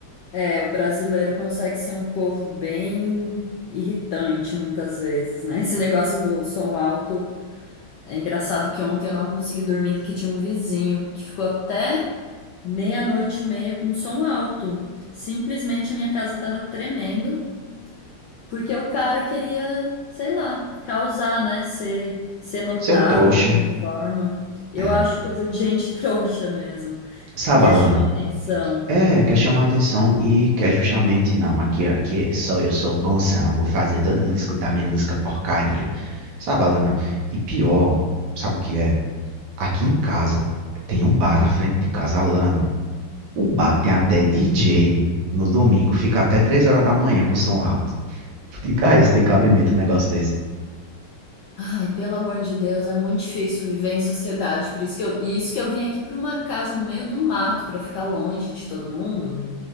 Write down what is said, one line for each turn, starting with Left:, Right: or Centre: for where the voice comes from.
Left: é, o brasileiro consegue ser um povo bem irritante muitas vezes, né? Esse negócio do som alto. É engraçado que ontem eu não consegui dormir porque tinha um vizinho que ficou até meia-noite e meia com som alto. Simplesmente a minha casa tava tremendo, porque o cara queria, sei lá, causar, né? Ser, ser notado
Right: Você é um trouxa,
Left: de alguma forma. Eu
Right: é.
Left: acho coisa de gente <laughs> trouxa mesmo,
Right: Sabe,
Left: que quer
Right: Alana?
Left: chamar atenção.
Right: É, quer chamar atenção e quer justamente, não, aqui, aqui só eu sou bonzão, vou fazer todo mundo escutar minha música porcaria. Sabe, Alana? E pior, sabe o que é? Aqui em casa tem um bar na frente de casa, Alana. O bar tem até DJ no domingo, fica até 3 horas da manhã com o som alto. Diga aí se tem cabimento um negócio desse.
Left: Ai, pelo amor de Deus, é muito difícil viver em sociedade. Por isso que eu, e isso que eu vim aqui para uma casa no meio do mato, para ficar longe de todo mundo.